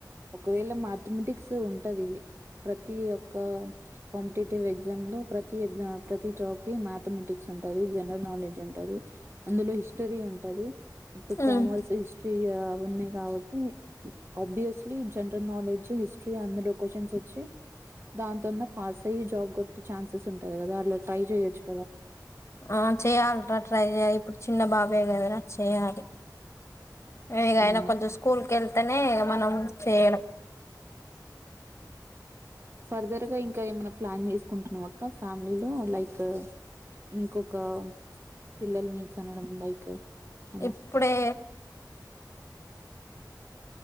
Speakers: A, on the right; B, on the left.
A: ఒకవేళ మాథమెటిక్స్ ఉంటది. ప్రతి ఒక్క కాంపిటేటివ్ ఎగ్జామ్ లో ప్రతి ఎగ్జామ ప్రతి జాబ్ మ్యాథమెటిక్స్, ఉంటది జనరల్ నాలెడ్జ్ ఉంటది, అందులో హిస్టరీ ఉంటది. ఇప్పుడు
B: ఉమ్
A: కామర్స్ హిస్ట్రీయ ఉన్నాయి కాబట్టి ఆబ్వియస్లీ, జనరల్ నాలెడ్జ్, హిస్టరీ అందులో క్వచన్స్ వచ్చి. దాంతోన్నా పాస్ అయ్యి జాబ్ కొట్టే ఛాన్సెస్ ఉంటది కదా, అలా ట్రై చెయొచ్చు.
B: ఆ చేయాలరా, ట్రై చేయాలి ఇప్పుడు చిన్న బాబె కదరా చేయాలి. ఎ ఇగ ఆయన
A: అవునా
B: కొంచెం స్కూల్కకెళి తనే మనం చేయడం
A: ఫర్దర్ గా ఇంకా ఏమైన్నా ప్లాన్ చేసుకుంటున్నావా అక్క ఫ్యామిలీలో లైక్ ఇంకొక, పిల్లల్ని కనడం లైక్ అలా
B: ఇప్పుడే.